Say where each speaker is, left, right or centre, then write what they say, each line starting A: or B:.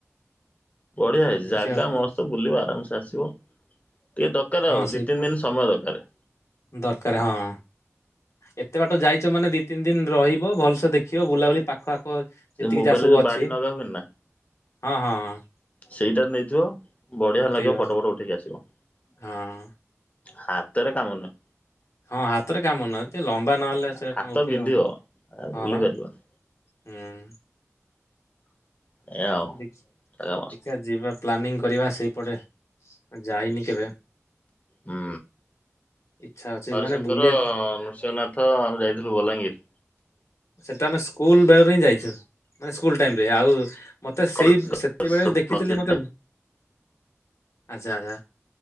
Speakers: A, on the left; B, on the left.
A: ବଢିଆ ହେଇଛି
B: ଦେଖିବା
A: ଜାଗା ମସ୍ତ
B: ତୁ
A: ବୁଲିବ ଆରାମସେ ଆସିବ। ଟିକେ ଦକାର
B: ହଁ
A: ଆଉ
B: ସେଇପ
A: ଦି ତିନି ଦିନ ସମୟ ଦକାର।
B: ଦରକାର ହଁ। ଏତେ ବାଟ ଯାଇଛ ମାନେ ଦି ତିନି ଦିନ ରହିବ ଭଲସେ ଦେଖିବ ବୁଲାବୁଲି ପାଖ ଆଖ ଯେତିକି
A: ସେ ମୋବାଇଲରେ
B: ଯାହା ସବୁ
A: ଯୋଉ
B: ଅଛି
A: ବାଡି ନଗା ହୁଏନି ନା।
B: ହଁ ହଁ ହଁ
A: ସେଇଟା ନେଇଥିବ ବଢିଆ
B: ଉଠେଇବା
A: ଲାଗିବ ଫଟ ଫଟ ଉଠେଇକି ଆସିବ।
B: ହଁ
A: ହାତରେ କାମ ନୁହେ।
B: ହଁ ହାତରେ କାମ ନୁହେ ଟିକେ ଲମ୍ବା ନହେଲେ ସେ
A: ହାତ
B: କଣ ଉଠେଇ
A: ବିନ୍ଧିବ
B: ହବ
A: ଆଉ
B: ହଁ
A: ଭୁଲି
B: ବା।
A: ପାରିବନି
B: ହୁଁ।
A: ଏୟା ଆଉ
B: ଦେଖ୍
A: ଜାଗା ମସ୍ତ
B: ଦେଖିଆ ଯିବା ପ୍ଲାନିଂ କରିବା ସେଇପଟେ ଯାଇନି କେବେ।
A: ହୁଁ
B: ଇଚ୍ଛା ଅଛି
A: ହରିଶଙ୍କର
B: ମାନେ ବୁଲିବାକୁ
A: ନୃସିଂହନାଥ ଆମେ ଯାଇଥିଲୁ ବଲାଙ୍ଗୀର।
B: ସେଟା ଆମେ ସ୍କୁଲ ବେଳରେ ହିଁ ଯାଇଛୁ ମାନେ ସ୍କୁଲ ଟାଇମ ରେ, ଆଉ ମତେ ସେଇ
A: କଲେଜ
B: ସେତେବେଳେ
A: ପ୍ଲସ
B: ଦେଖିଥିଲି
A: ଥ୍ରୀ
B: ମତେ ଆଛା ଆଛା।